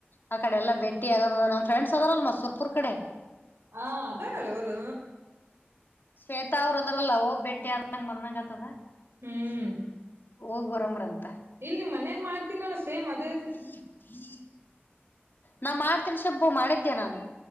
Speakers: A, on the left (about 55°); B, on the right (about 80°).
A: ಆ ಕಡೆ ಎಲ್ಲ ಭೇಟ್ಟಿ ಆಗದ ನಮ್ಮ ಫ್ರೆಂಡ್ಸ್ ಅದಾರಲ್ ಮತ್ ಸುರ್ಪುರ್ ಕಡೆ
B: ಹ ಅದಾರಾರ ಅವರು
A: ಶ್ವೇತ ಅವರು ಅದ್ರಲ್ಲ ಹೋಗ್ಬ ಬೆಟ್ಟಿ ಅ <unintelligible> ಬಂದಂಗ ಆತ್ತದ
B: ಹ್ಮ್
A: <inaudible> ಹೋಗ್ ಬರಮ್ರಂತ
B: ಇಲ್ಲಿ ಮನ್ಯಾಗ್ ಮಾಡ್ತನಿ ನೋಡ ಸೇಮ್ ಅದೆ
A: <unintelligible> ನಾ ಮಾಡ್ತೀನಿ ಶಬ್ಬು ಮಾಡಿದ್ದೇ ನಾನು